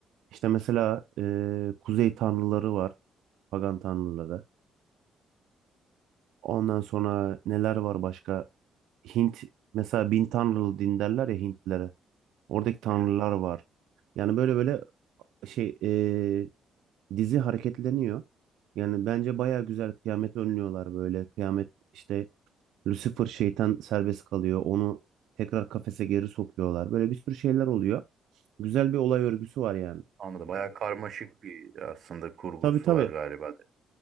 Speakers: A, on the right; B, on the right.
A: İşte mesela e, kuzey tanrıları var, pagan tanrıları. Ondan sonra neler var başka? Hint mesela bin tanrılı din derler ya Hintlilere. Oradaki tanrılar
B: Evet.
A: var. Yani böyle böyle şey e, dizi hareketleniyor. Yani bence baya güzel kıyameti önlüyorlar böyle. Kıyamet işte Lucifer şeytan serbest kalıyor. Onu tekrar kafese geri sokuyorlar. Böyle bir sürü şeyler oluyor. Güzel bir olay örgüsü var yani.
B: Anladım. Bayağı karmaşık bir aslında kurgusu
A: Tabii tabii.
B: var galiba. de.